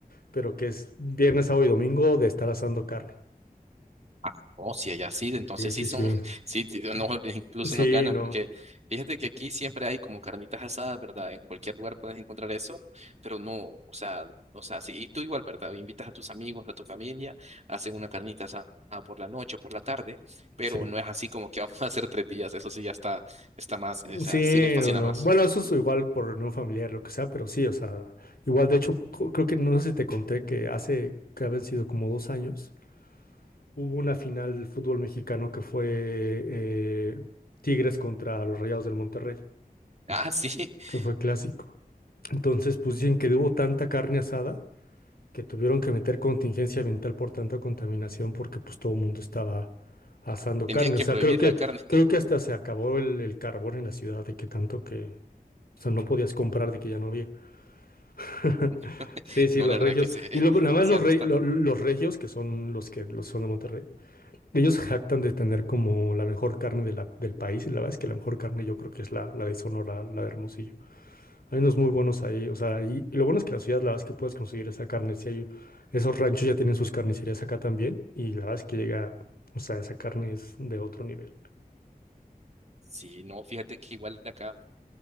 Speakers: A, on the left; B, on the right.
A: pero que es viernes, sábado y domingo de estar asando carne.
B: Ah, Oh, si allá sí, entonces
A: Sí, sí,
B: sí son,
A: sí.
B: <laughs> sí, sí, no, <laughs> incluso
A: Sí,
B: nos ganan,
A: no,
B: porque fíjate que aquí siempre hay como carnitas asadas, ¿verdad? En cualquier lugar puedes encontrar eso, pero no, o sea, o sea, sí, y tú igual, ¿verdad? Invitas a tus amigos, a tu familia, hacen una carnita asada por la noche o por la tarde, pero
A: sí,
B: no es así como que <laughs> vamos a hacer tres días, eso sí ya está, está más, o sea,
A: sí,
B: sí les fascina
A: no, no.
B: más.
A: Bueno, eso es igual por reunión familiar, lo que sea, pero sí, o sea, igual, de hecho, jo- creo que no sé si te conté que hace, que habían sido como dos años, hubo una final del fútbol mexicano que fue eh, Tigres contra los Rayados del Monterrey,
B: Ah, sí, <laughs>
A: que fue clásico. Entonces, pues dicen que hubo tanta carne asada que tuvieron que meter contingencia ambiental por tanta contaminación porque pues todo el mundo estaba asando
B: tenían
A: carne.
B: que
A: O sea,
B: prohibir
A: creo que,
B: la carne.
A: creo que hasta se acabó el, el carbón en la ciudad de que tanto que, o sea, no podías comprar de que ya no había. <laughs>
B: <laughs>
A: Sí, sí,
B: No,
A: los
B: la verdad
A: regios.
B: que ese, <laughs>
A: Y lo, nada más
B: ese
A: los,
B: dato
A: rey-
B: está
A: lo-
B: loco.
A: los regios, que son los que los son de Monterrey, ellos se jactan de tener como la mejor carne de la- del país. Y la verdad es que la mejor carne yo creo que es la, la de Sonora, la de Hermosillo. Hay unos muy buenos ahí, o sea, y, y lo bueno es que la ciudad, la verdad es que puedes conseguir esa carne, si hay, esos ranchos ya tienen sus carnicerías acá también, y la verdad es que llega, o sea, esa carne es de otro nivel.
B: Sí, no, fíjate que igual de acá.